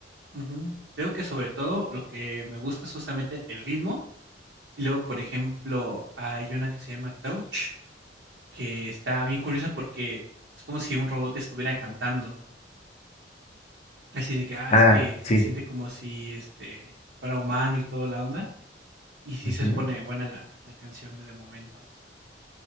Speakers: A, on the right; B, on the left.
A: ujú. Te digo que sobre todo lo que me gusta es justamente el ritmo. Y luego, por ejemplo, hay una que se llama Touch, que está bien curiosa porque es como si un robot estuviera cantando. Así de que, ah,
B: Ah,
A: es que se
B: sí.
A: siente como si, este, fuera humano y toda la onda, y sí
B: ujú,
A: se pone buena la la canción de momentos.